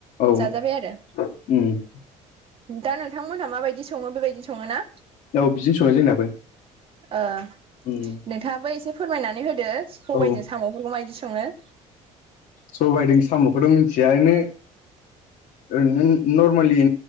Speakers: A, on the left; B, on the right.
A: उम
B: जाजाबाय आरो
A: औ
B: दा नोंथांमोनहा माबायदि सङो बेबायदि सङो ना
A: औ बिदिनो सङा जोंनाबो
B: नोंथाङाबो
A: उम
B: एसे फोरमायनानै होदो मबाइजों
A: औ
B: साम'फोरखौ मायदि संडा
A: सबाय जों साम'खौथ' मिथिया एनो ओरैनो नर्मेलि